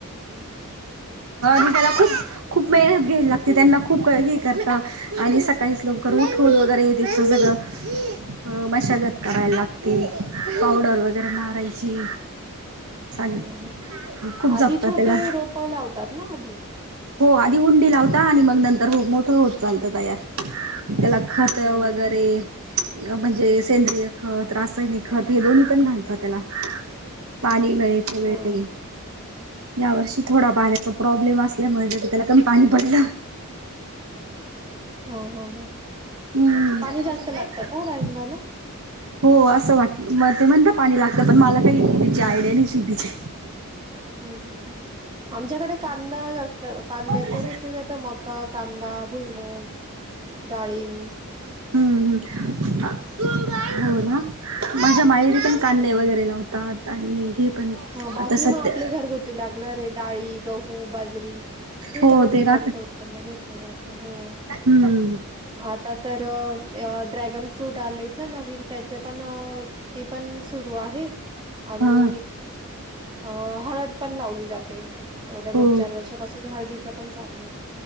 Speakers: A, on the right; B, on the right.
A: हं.
B: मी त्याला खूप. खूप मेहनत घ्यायला लागते. त्यांना खूप हे करता आणि सकाळीच लवकर उठून वगैरे येते सगळं. अ मशागत करायला लागते पावडर वगैरे मारायची.
A: <inaudible>
B: सांग
A: हो हो
B: खूप
A: आधी
B: जपतात
A: छोटे
B: त्याला
A: रोपं लावतात ना आधी.
B: हो आधी हुंडी लावता आणि मग नंतर हो मोठं होत चालत तयार. त्याला खत
A: हं,
B: वगैरे.
A: हं, हं.
B: म्हणजे सेंद्रिय खत, रासायनिक खत हे दोन्ही पण घालतात त्याला पाणी. वेळच्या वेळी
A: हो.
B: या वर्षी थोडा पाण्याचा प्रॉब्लेम असल्यामुळे ज्याच त्याला कमी पाणी पडलं.
A: हो हो हो
B: हम्म
A: पाणी जास्त लागतं का राईबाला
B: हो असं वाटत मग ते म्हणता पाणी लागतं पण मला काही त्याची आयडिया नाही शेतीची,
A: हम् हम् आमच्याकडे कांदा जास्त कांद्याच
B: हम्म
A: घेतलं जातं मका कांदा भुईमुग डाळींब
B: हम हो
A: हं.
B: ना माझ्या माहेरी पण कांदे
A: हं.
B: वगैरे लावतात. आता आणि हे पण
A: हां, बाकी
B: आता सध्या
A: मग आपले घरगुती लागणारे डाळी गहू, बाजरी हे
B: हो
A: सगळ्या
B: ते
A: पिकांचं
B: राहत
A: उत्पन्न घेतलं जात हो.
B: हम्म
A: आता तर ड्रॅगन फ्रूट आलेत ना नवीन त्याचे पण ते पण सुरू आहे आणि
B: हा
A: अ खत पण लावली जाते. एवढ्या दोन
B: हो
A: चार वर्षापासून हळदी च पण चालू आहे. <inaudible>